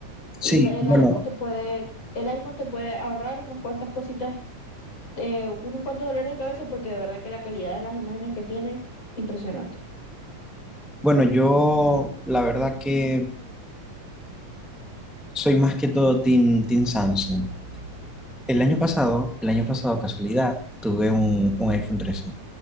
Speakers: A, in the centre; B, on the left (about 55°).
A: sí,
B: la- el
A: bueno,
B: iPhone te puede, el iPhone te puede ahorrar unas cuantas cositas, eh, unos cuantos dolores de cabeza, porque de verdad que la calidad de las imágenes que tiene, impresionante.
A: bueno, yo la verdad que soy más que todo Team, team Samsung. El año pasado, el año pasado, casualidad, tuve un, un iPhone 13.